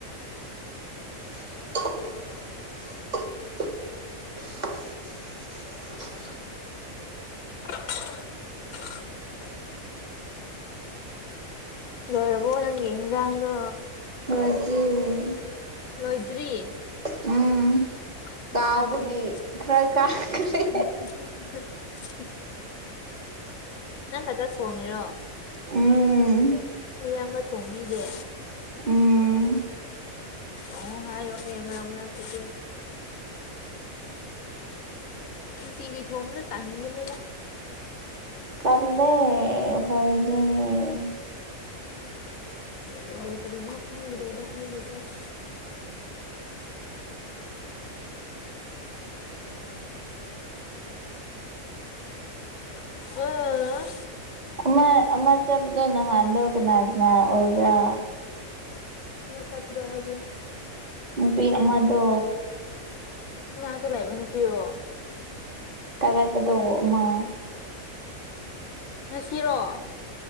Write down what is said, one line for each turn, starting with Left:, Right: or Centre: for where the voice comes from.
Right: <inaudible> <inaudible>
Left: <inaudible> ꯂꯣꯏꯔꯕꯣ ꯅꯪꯒꯣ ꯍꯤꯟꯖꯥꯡꯗꯣ
Right: ꯂꯣꯏꯗ꯭ꯔꯤ
Left: ꯂꯣꯏꯗ꯭ꯔꯤ
Right: ꯎꯝ
Left: <unintelligible>
Right: ꯀꯥꯎꯕꯒꯤ ꯈꯔ ꯀꯥꯈ꯭ꯔꯦ
Left: ꯅꯪ ꯈꯛꯇ ꯊꯣꯡꯉꯤꯔꯣ
Right: ꯎꯝ
Left: ꯃꯤꯌꯥꯝꯕ ꯊꯣꯡꯕꯤꯗꯦ
Right: ꯎꯝ
Left: ꯀꯣꯡ ꯍꯥꯏꯌꯣꯍꯦ ꯃꯔꯛ ꯃꯔꯛꯇꯗꯤ ꯅꯨꯡꯇꯤꯒꯤ ꯊꯣꯡꯕꯁꯨ ꯇꯟꯕꯅꯤꯗ
Right: <unintelligible>
Left: ꯀꯔꯤ ꯀꯔꯤꯅꯣ ꯈꯪꯗ꯭ꯔꯦꯗ ꯑꯩꯒꯤꯖꯦ <inaudible> ꯑꯥ
Right: ꯑꯃ ꯑꯃ ꯆꯠꯄꯗꯣ ꯅꯍꯥꯟꯗꯣ ꯀꯅꯥ ꯀꯅꯥ ꯑꯣꯏꯕ꯭ꯔꯥ
Left: ꯑꯃ ꯅꯠꯄꯗꯣ ꯍꯥꯏꯗꯤ
Right: ꯅꯨꯄꯤ ꯑꯃꯗꯣ
Left: ꯀꯅꯥꯗ ꯂꯩꯕ ꯅꯨꯄꯤꯔꯣ
Right: ꯊꯥꯒꯠꯄꯗꯣ ꯑꯃ
Left: ꯉꯁꯤꯔꯣ